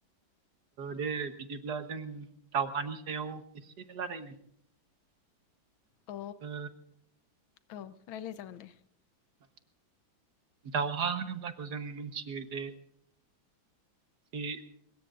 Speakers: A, on the right; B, on the left.
A: दे बिदिब्ला जों दावहानि सायाव एसे रायलायनो <inaudible>
B: अ
A: ओ
B: औ राय्लाय जागोन दे।
A: औ दावहा होनोब्लाथ' जों मिथियो जे जि